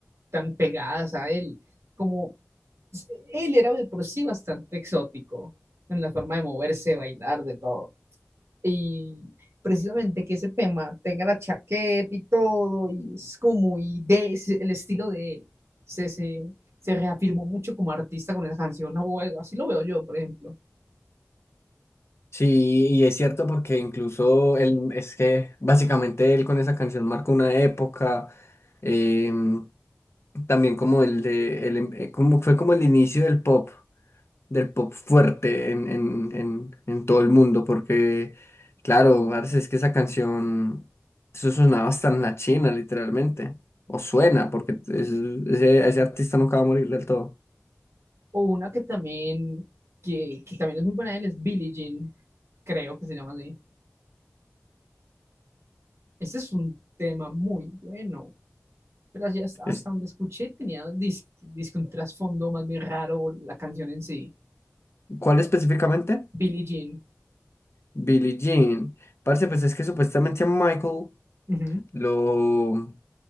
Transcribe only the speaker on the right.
tan pegadas a él, como pues, él era de por sí bastante exótico en la forma de moverse, bailar, de todo. Y precisamente que ese tema tenga la chaqueta y todo, y es como muy de es el estilo de él. Se, se, se reafirmó mucho como artista con esa canción, o algo así lo veo yo, por ejemplo.
O una que también, que, que también es muy buena de él es Billie Jean, creo que se llama así. Este es un tema muy bueno. pero así hasta,
hasta donde escuché tenía disque, disque un trasfondo más bien raro la canción en sí,
Billie Jean.
Ujú,